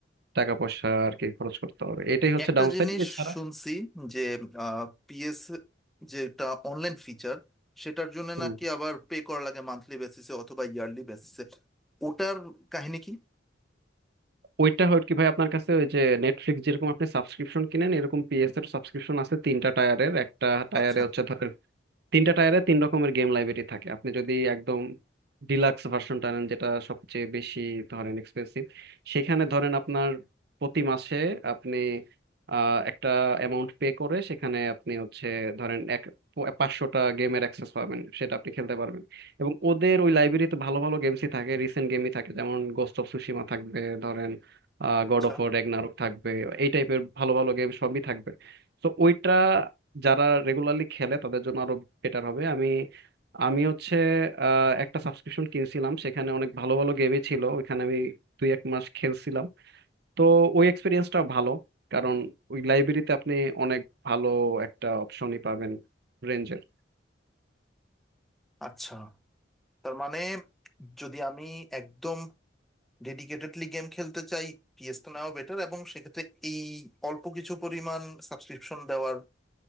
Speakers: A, on the right; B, in the centre.
A: টাকা পয়সা আর কি খরচ করতে হবে এটাই হচ্ছে
B: একটা
A: ডাউন
B: জিনিস
A: সাইড এছাড়া
B: শুনছি যে পিএস যেটা অনলাইন ফিচার সেটার জন্য
A: হুম,
B: নাকি আবার পে করা লাগে মান্থলি বেসিসে অথবা ইয়ারলি বেসিসে ওটার কাহিনী কি
A: ওইটা হয় কি ভাই আপনার কাছে ওই যে নেটফ্লিক্স যেরকম আপনি সাবস্ক্রিপশন কিনেন এরকম পিএস এর সাবস্ক্রিপশন আছে তিনটা টায়ারের একটা টায়ারে
B: আচ্ছা
A: হচ্ছে ধরেন তিনটা টায়ারে তিন রকমের গেম লাইব্রেরি থাকে আপনি যদি একদম ডিলাক্স ভার্সনটা নেন যেটা সবচেয়ে বেশি ধরেন এক্সপেন্সিভ সেখানে ধরেন আপনার প্রতি মাসে আপনি আহ, একটা অ্যামাউন্ট পে করে সেখানে আপনি হচ্ছে ধরেন এক পাঁচশোটা গেমের অ্যাক্সেস পাবেন সেটা আপনি খেলতে পারবেন এবং ওদের ওই লাইব্রেরিতে ভালো ভালো গেমসই থাকে রিসেন্ট গেমই থাকে যেমন গোস্ট অফ সুশিমা থাকবে ধরেন গড
B: আচ্ছা
A: অফ ওয়ার রেগনারক থাকবে এই টাইপের ভালো ভালো গেম সবই থাকবে তো ওইটা যারা রেগুলারলি খেলে তাদের জন্য আরো বেটার হবে আমি আমি হচ্ছে আহ, একটা সাবস্ক্রিপশন কিনছিলাম সেখানে অনেক ভালো ভালো গেমই ছিল ওইখানে আমি দুই এক মাস খেলছিলাম তো ওই এক্সপিরিয়েন্সটা ভালো কারণ ওই লাইব্রেরিতে আপনি অনেক ভালো একটা অপশনই পাবেন রেঞ্জের
B: আচ্ছা তার মানে যদি আমি একদম ডেডিকেটেডলি গেম খেলতে চাই পিএস তো নেওয়া বেটার এবং সেক্ষেত্রে এই অল্প কিছু পরিমাণ সাবস্ক্রিপশন দেওয়ার